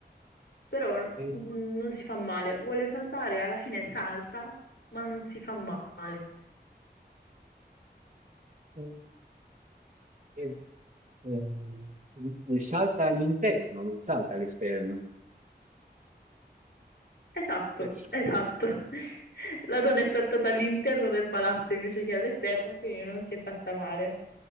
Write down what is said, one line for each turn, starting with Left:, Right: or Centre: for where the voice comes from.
Left: però
Right: Eh,
Left: mm, non si fa male. Vuole saltare, alla fine salta, ma non si fa male.
Right: eh, E, ehm, e salta all'interno, non salta all'esterno.
Left: Esatto,
Right: Cioè,
Left: esatto. <laughs> La donna è saltata all'interno del palazzo invece che all'esterno, quindi non si è fatta male.